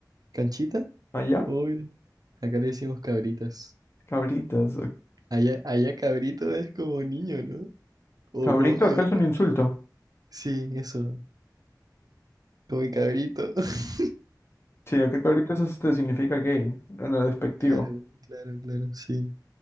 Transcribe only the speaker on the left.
Allá,
cabritas.
Cabrito
acá
es un insulto.
Sí, yo creo que ahorita eso este, significa gay, en el despectivo.